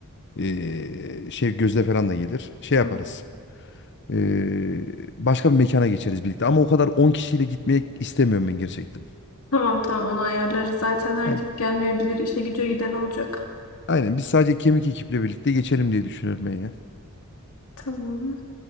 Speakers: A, on the left; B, on the left.
A: eee, şey Gözde falan da gelir. Şey yaparız.
B: Hı.
A: Eee, başka bir mekana geçeriz birlikte. Ama o kadar 10 kişiyle gitmek istemiyorum ben gerçekten.
B: Tamam tamam onu ayarlarız. Zaten herkes
A: Yani
B: gelmeyebilir. İşe güce giden olacak.
A: aynen biz sadece kemik ekiple birlikte geçelim diye düşünüyorum ben ya.
B: Tamam.